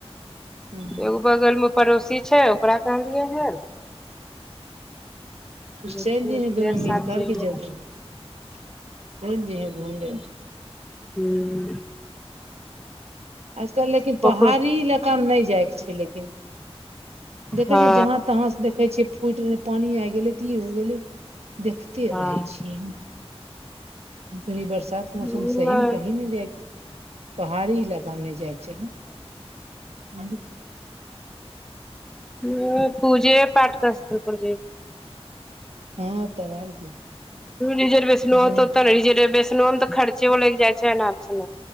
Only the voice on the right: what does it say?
हूंम्म
चलि
जइहे
दुनू मिल
करके
जै
चलि जइहें घूम ले
आजकल लेकिन पहाड़ी
इलाकामे नहि जाइके छै लेकिन देखै
छियै जहाँ तहाँ से देखै छियै फूटि पानी आइ गेलै तऽ ई हो गेलै देखते
रहै छियै बरसात मौसम
सही मे कही नहि जाइ पहाड़ी इलाका मे नहि जायके चाही
हँ तब आर की
जाय-